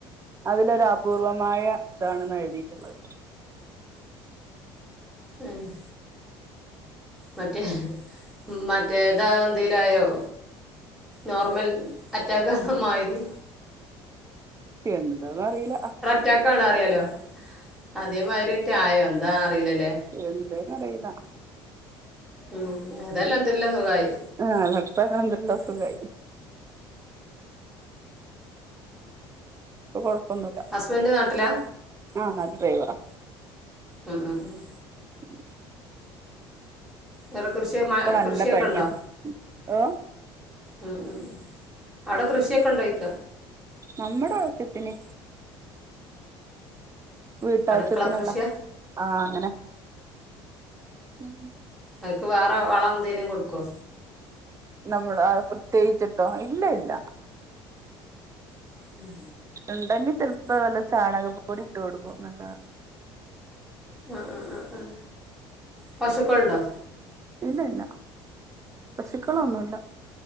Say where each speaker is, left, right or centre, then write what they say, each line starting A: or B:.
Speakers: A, on the right; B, in the centre.
A: അതിലൊരു അപൂർവമായ ഇതാണ്ന്നാ എഴുതിയിട്ടുള്ളത്
B: ഏഹ് മറ്റേ മറ്റേ ഇതാ എന്തേലായോ നോർമൽ അറ്റാക്ക് മാരി
A: എന്താന്ന് അറിയില
B: റ്റാക്കാണ അറിയാലോ അതേ മാരി ഏറ്റ ആയോ എന്താ അറിയില്ല ല്ലേ
A: എന്തേന്ന് അറീല്ല
B: ഉം അതെല്ലാം എന്തരില്ല സുഖമായി
A: ആഹ <unintelligible> സുഖായി ഇപ്പൊ കൊഴപ്പൊന്നുല്ല
B: ഹസ്ബൻഡ് നാട്ടിലാ
A: ആഹ നാട്ടില് ഡ്രൈവറാ
B: ആഹ് ആ ആഹ
A: ഉം
B: വേറെ കൃഷി മ
A: നല്ല
B: കൃഷിയൊക്കെ
A: പനിയാ
B: ഉണ്ടോ
A: ഓഹ്
B: ഉം ഉം ഉം അവിടെ കൃഷിയൊക്കെ ഇണ്ടോയിക്ക
A: നമ്മുടെ ആവശ്യത്തിന് വീട്ടാവശ്യത്തിനുള്ള
B: അടുക്കള കൃഷിയാ
A: ആ അങ്ങനെ ഉം
B: അത്ക്ക് വേറെ വളം എന്തെങ്കലിലും കൊടുക്കോ
A: നമ്മൾ പ്രത്യേകിച്ചിട്ടോ ഇല്ല ഇല്ല
B: ഉം
A: ഉണ്ടെങ്കിൽ ചെലപ്പോ വല്ല ചാണകം പൊടി ഇട്ട് കൊടുക്കും നല്ലാല്ല
B: ആഹ് ആഹ് ആഹ് ആഹ് പശുക്കള ഉണ്ടോ
A: ഇല്ല ഇല്ല പശുക്കളൊന്നുമല്ല